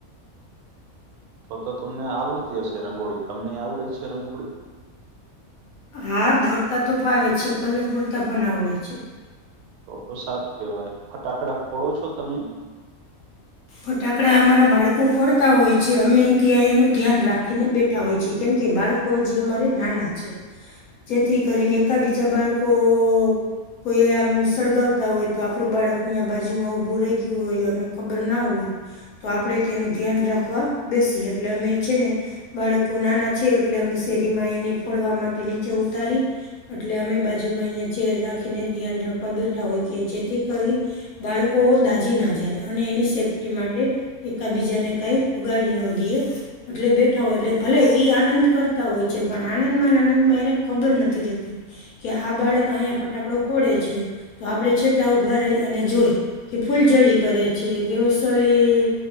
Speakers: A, on the right (about 85°); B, on the left (about 80°).
A: તો તો તમને આવડતી હશે રંગોળી તમને આવડે જ છે રંગોળી?
B: હા દોડતા તો ફાવે છે, કલર પૂરતા પણ આવડે છે.
A: તો તો સારું કેવાય ફટાકડા ફોડો છો તમે?
B: ફટાકડા અમારા બાળકો ફોરતા હોય છે, અમે ત્યાં એનું ધ્યાન રાખીને બેઠ ઠા હોય છે કેમ કે બાળકો જે અમારે નાના છે. જેથી કરીને એકા બીજા બાળકો. કોઈ આમ સળગાવતા હોય તો આપણું બાળક અહીંયા બાજુમાં ઉભું રહી ગયું હોય અને ખબર ના હોય તો આપણે તેનું ધ્યાન રાખવા બેસી એટલે અમે છે ને બાળકો નાના છે, એટલે અમે શેરીમાં એને ફોડવા માટે નીચે ઉતારી એટલે અમે બાજુમાં અહીંયા ચેર રાખીને ધ્યાન રખવા બેઠા હોય કે જેથી કરી બાળકો દાજી ના જાય અને એની સેફ્ટી માટે એકબીજાને કઈ વગાડી ન દઈએ એટલે બેઠા હોય એટલે ભલે એ આનંદ કરતા હોય છે, પણ આનંદમાં આનંદમાં એને ખબર નથી રહેતી. કે આ બાળક અહિયાંયા ફટાકડો ફોડે છે, તો આપડે છેટા ઉભા રહી અને જોઈ કે ફૂલઝડી કરે છે, કે વસલી